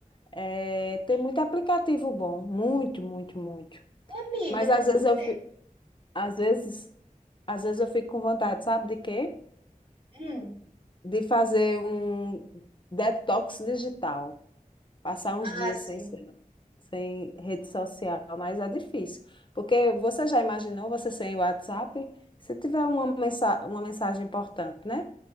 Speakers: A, on the left; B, on the right.
A: É, tem muito aplicativo bom, muito, muito, muito.
B: Ô, Amiga,
A: Mas
B: mas
A: às vezes
B: você.
A: eu, fi- às vezes, às vezes eu fico com vontade, sabe de quê?
B: Hum.
A: De fazer um detox digital, passar uns
B: Ah,
A: dias
B: sim.
A: sem, sem sem rede social, mas é difícil. Porque você já imaginou você sem WhatsApp? Se tiver uma mensa- uma mensagem importante, né?